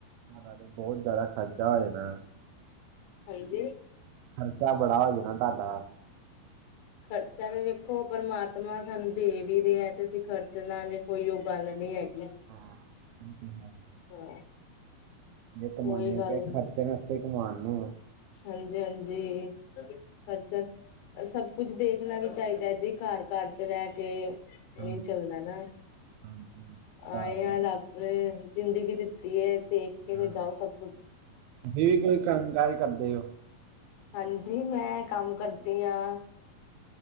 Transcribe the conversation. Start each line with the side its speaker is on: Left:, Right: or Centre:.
Right: ਹਨਾ ਬਹੁਤ ਜਿਆਦਾ ਖਰਚਾ ਹੋ ਜਾਣਾ।
Left: ਹਾਂਜੀ।
Right: ਖਰਚਾ ਬੜਾ ਹੋ ਜਾਣਾ ਤੁਹਾਡਾ।
Left: ਖਰਚਾ ਤੇ ਵੇਖੋ ਪਰਮਾਤਮਾ ਸਾਨੂੰ ਦੇ ਵੀ ਰਿਹਾ ਹੈ, ਤੇ ਅਸੀਂ ਖਰਚ ਲਾਂਗੇ। ਕੋਈ ਉਹ ਗੱਲ ਨਹੀਂ ਹੈਗੀ।
Right: <inaudible>
Left: ਹਾਂ।
Right: ਜੇ ਕਮਾਨੇ
Left: ਕੋਈ ਗੱਲ
Right: ਪੇ ਖਰਚੇ ਵਾਸਤੇ ਕਮਾਨੇ ਆ।
Left: ਹਾਂਜੀ- ਹਾਂਜੀ। ਸਭ ਕੁਛ ਦੇਖਣਾ ਵੀ ਚਾਹੀਦਾ ਹੈ ਜੀ, ਘਰ- ਘਰ ਚ ਰਹਿ ਕੇ। ਨਹੀਂ
Right: ਹਾਂ
Left: ਚੱਲਦਾ ਨਾ,
Right: ਹਾਂ, ਹਾਂ, ਘਰ
Left: ਆਏ ਯਾ
Right: ਰਹਿ ਕੇ।
Left: ਰਬ ਨੇ ਜ਼ਿੰਦਗੀ ਦਿੱਤੀ। ਏ ਤੇ ਇੱਕ ਕੇ
Right: ਹਾਂ,
Left: ਜਾਓ ਸਭ ਕੁਛ।
Right: ਤੁਸੀਂ ਜ ਵੀ ਕੋਈ ਕੰਮ ਕਾਰਜ ਕਰਦੇ ਹੋ?
Left: ਹਾਂਜੀ ਮੈਂ ਕੰਮ ਕਰਦੀ ਹਾਂ।